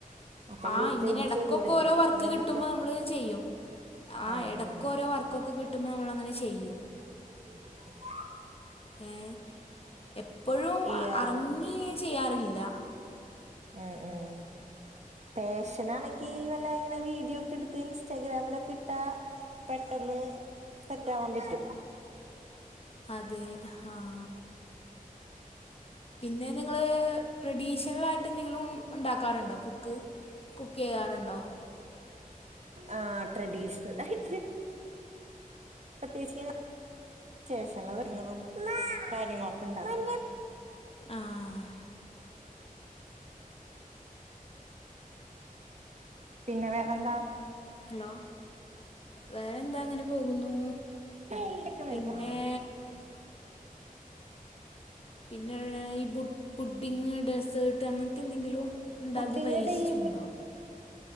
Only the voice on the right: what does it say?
അപ്പൊ
വീട്ടിലിരുന്ന്
ചെയ്തൂടെ
എന്തെങ്കിലൊക്കെ
ആഹ് ആഹ്
<unintelligible>
ഇയാ
ആഹ് ആഹ് പേഷൻാണെങ്കി വല്ല എങ്ങനെ വീഡിയോ ഒക്കെ എടുത്ത് ഇൻസ്റ്റാഗ്രാമിലൊക്കെ ഇട്ടാ പെട്ടെന്ന് സെറ്റാവാൻ പറ്റും
ആഹ് ട്രഡീഷണൽ ആയിട്ട് പ്രത്യേകിച്ച് ശേഷങ്ങങ്ങളും കാര്യങ്ങളൊക്കെണ്ടാക്കും
പിന്നെ വേറെന്താ
<unintelligible>
പുഡിങ്ങ്
ഡെയ്